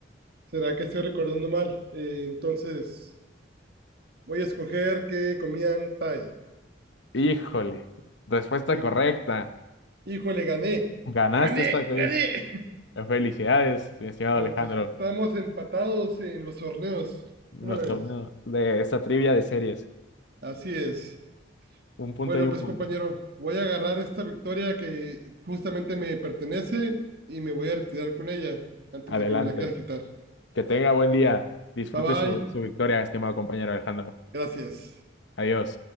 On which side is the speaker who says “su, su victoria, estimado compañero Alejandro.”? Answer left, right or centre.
Left